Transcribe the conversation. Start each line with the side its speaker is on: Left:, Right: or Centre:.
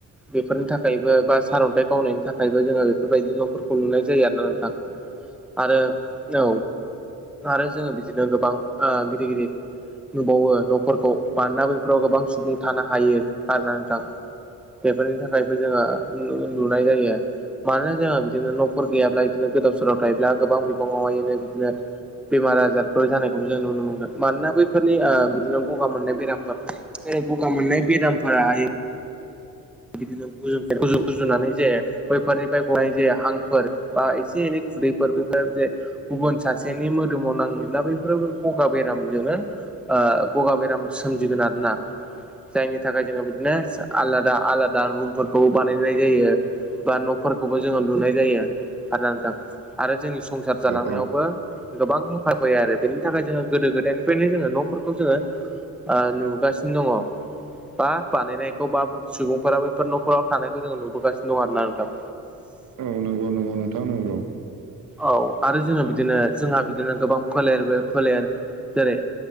Centre: बेफोरनि थाखायबो बा सारन्थाइ गावनायनि थाखायबो जोङो बेफोरबायदि न'फोरखौ लुनाय जायो आरो ना नोंथां। आरो औ आरो जोङो बिदिनो गोबां ओ गिदिर गिदिर लुबावो न'फोरखौ मानोना बैफोराव गोबां सुबुं थानो हायो आरोना नोंथां। बेफोरनि थाखायबो जोङो न' लुनाय जायो। मानोना जोंहा बिदिनो न'फोर गैयाब्ला बिदिनो गोदाव सोराव थायोब्ला गोबां बिबाङावहायनो बिदिनो बेमार आजारफोर जानायखौबो जों नुनो मोनगोन मानोना बैफोरनि ओ बिदिनो गगा मोननाय बेरामफोर जे गगा मोननाय बे बेरामफोरा बिदिनो गुज-गुज-गुजुनानै जे बैफोरनिफ्राय गनाय जे हांफोर बा एसे एनै खुदैफोर बैफोर जे गुबुन सासेनि मोदोमाव नाहैब्ला बेफोरो गगा बेरामजोंनो ओ गगा बेराम सोमजिगोन आरो ना जायनि थाखाय जोङो बिदिनो आलादा आलादा रुमफोरखौबो बानायनाय जायो। बा न'फोरखौबो जोङो लुनाय जायो आदथां आरो जोंनि संसार जालांनायावबो
Right: औ
Centre: गोबां हेफाब होयो आरो बेनि थाखाय जोङो गोदो गोदायनिफ्रायनो जोङो न'फोरखौ जोङो ओ नुगासिनो दङ' बा बानायनायखौ बाबो सुबुं फोरा बैफोर न'खराव थानायखौ जोङो नुबोगासिनो दं आरोना नोंथां
Right: औ नंगौ नं औ नोंथां नंगौ
Centre: औ आरो जोङो बिदिनो जोंहा बिदिनो गोबां फोलेरबो फोलेर जेरै